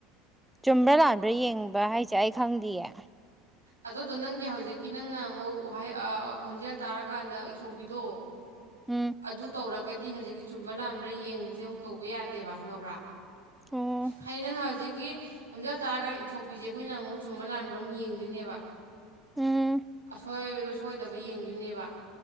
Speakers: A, in the centre; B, on the right.
A: ꯆꯨꯝꯕ꯭ꯔꯥ ꯂꯥꯟꯕ꯭ꯔꯥ ꯌꯦꯡꯕ ꯍꯥꯏꯁꯦ ꯑꯩ ꯈꯪꯗꯤꯌꯦ
B: ꯑꯗꯨꯗꯣ ꯅꯪꯒꯤ ꯍꯧꯖꯤꯛꯀꯤ ꯅꯪꯅ ꯑꯃꯨꯛ ꯋꯥꯍꯩ ꯈꯣꯟꯖꯦꯜ ꯇꯥꯔꯀꯥꯟꯗ ꯏꯊꯣꯛꯄꯤꯗꯣ
A: ꯎꯝ
B: ꯑꯗꯨ ꯇꯧꯔ ꯒꯗꯤ ꯍꯧꯖꯤꯛꯀꯤ ꯆꯨꯝꯕ ꯂꯥꯥꯟꯕ꯭ꯔꯥ ꯌꯦꯡꯕꯁꯦ ꯑꯃꯨꯛ ꯇꯧꯕ ꯌꯥꯗꯦꯕ ꯈꯪꯉꯕ꯭ꯔꯥ
A: ꯑꯣ
B: ꯍꯥꯏꯗꯤ ꯅꯪꯅ ꯍꯧꯖꯤꯛꯀꯤ ꯍꯣꯟꯖꯤꯦꯜꯛ ꯇꯔ ꯀꯥꯟꯗ ꯏꯊꯣꯛꯄꯤꯁꯦ ꯑꯩꯈꯣꯏꯅ ꯑꯃꯨꯛ ꯆꯨꯝꯕ ꯂꯥꯟꯕ ꯑꯃꯛ ꯌꯦꯡꯗꯦ ꯅꯦꯕ
A: ꯎꯝ
B: ꯑꯁꯣꯏꯕ ꯁꯣꯏꯗꯕ ꯌꯦꯡꯗꯣꯏꯅꯦꯕ